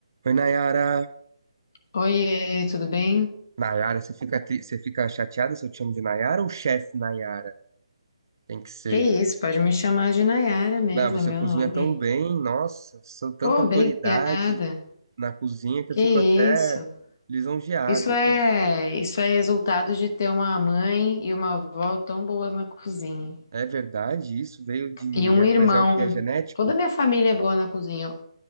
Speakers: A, on the right; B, on the left.
A: Oi, Nayara.
B: Oiê, tudo bem?
A: Nayara, você fica, tri- você fica chateada se eu te chamo de Nayara ou chefe Nayara? Tem que ser.
B: Que isso, pode me chamar de Nayara mesmo,
A: Ah, você
B: é meu
A: cozinha
B: nome.
A: tão bem, nossa, sou tanta
B: Pô,
A: autoridade
B: obrigada.
A: na cozinha que
B: Que
A: eu fico até
B: isso.
A: lisonjeado.
B: Isso é,
A: Tem-
B: isso é resultado de ter uma mãe e uma avó tão boas na cozinha.
A: É verdade, isso veio de.
B: E um
A: é-
B: irmão.
A: Mas é o que é genético?
B: Toda a minha família é boa na cozinha. Eu,